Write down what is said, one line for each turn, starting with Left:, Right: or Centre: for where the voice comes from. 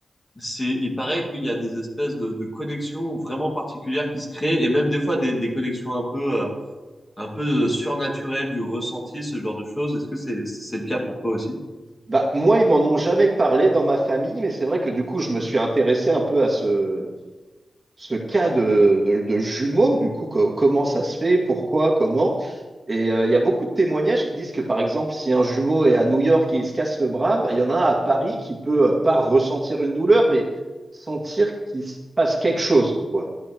Left: c'est, il paraît qu'il y a des espèces de, de connexions vraiment particulières qui se créent et même des fois des, des connexions un peu, euh, un peu surnaturelles du ressenti, ce genre de choses. Est-ce que c'est, c'est le cas pour toi aussi?
Right: Bah moi, ils m'en ont jamais parlé dans ma famille, mais c'est vrai que du coup, je me suis intéressé un peu à ce ce cas de, de, de jumeaux, du coup, co- comment ça se fait, pourquoi, comment. Et euh, il y a beaucoup de témoignages qui disent que, par exemple, si un jumeau est à New York et il se casse le bras, bah, il y en a un à Paris qui peut euh, pas ressentir une douleur, mais sentir qu'il se passe quelque chose, quoi.